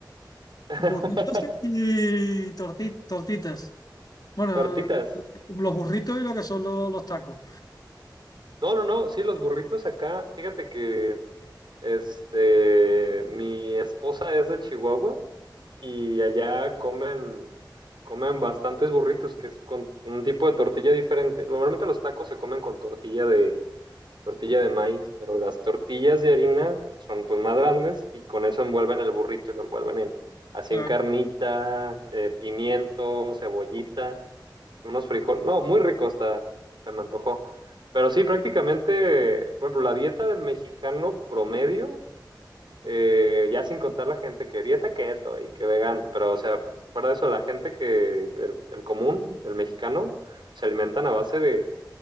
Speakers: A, on the right; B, on the left.
A: <laughs>
B: burritos y torti- tortitas. Bueno,
A: Tortitas.
B: los burritos y lo que son los, los tacos.
A: No, no, no, sí, los burritos acá, fíjate que este, mi esposa es de Chihuahua y allá comen, comen bastantes burritos, que es con un tipo de tortilla diferente. Normalmente los tacos se comen con tortilla de, tortilla de maíz, pero las tortillas de harina son pues más grandes y con eso envuelven el burrito y lo envuelven en, así
B: Claro.
A: en carnita, eh, pimiento, cebollita unos frijoles. No, muy rico está, se me antojó. Pero sí, prácticamente, por ejemplo, la dieta del mexicano promedio, eh, ya sin contar la gente que dieta keto y que vegano, pero o sea, fuera de eso, la gente que, el, el común, del mexicano, se alimentan a base de